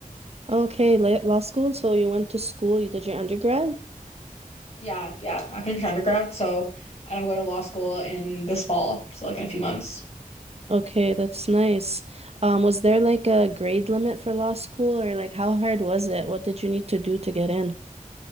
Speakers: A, on the right; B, on the left.
A: okay, la- law school. So you went to school, you did your undergrad?
B: Yeah, yeah. I finished undergrad. So, and I'm going to law school in this fall. So, like in a few months.
A: Okay, that's nice. Um, was there like a grade limit for law school, or like how hard was it? What did you need to do to get in?